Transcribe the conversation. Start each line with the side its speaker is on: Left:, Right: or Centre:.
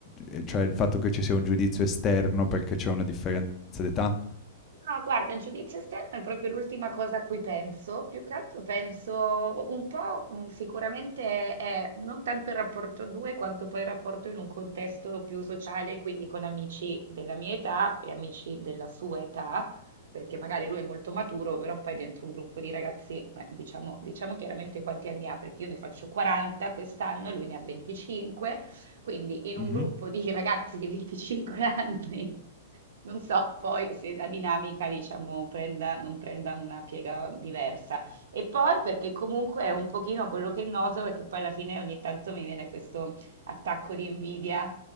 Left: ehm, cioè il fatto che ci sia un giudizio esterno perché c'è una differenza d'età?
Right: No, guarda, il giudizio esterno è proprio l'ultima cosa a cui penso. Più che altro penso un po', mh, sicuramente è non tanto il rapporto a due, quanto poi il rapporto in un contesto più sociale, quindi con amici della mia età e amici della sua età, perché magari lui è molto maturo, però poi dentro un gruppo di ragazzi, eh, diciamo, diciamo chiaramente quanti anni ha, perché io ne faccio 40 quest'anno e lui ne ha 25 Quindi in
Left: Mh-mh.
Right: un gruppo di ragazzi di 25 anni, <laughs> non so poi se la dinamica, diciamo, prenda, non prenda una piega diversa. E poi perché comunque è un pochino quello che noto è che poi alla fine ogni tanto mi viene questo attacco di invidia.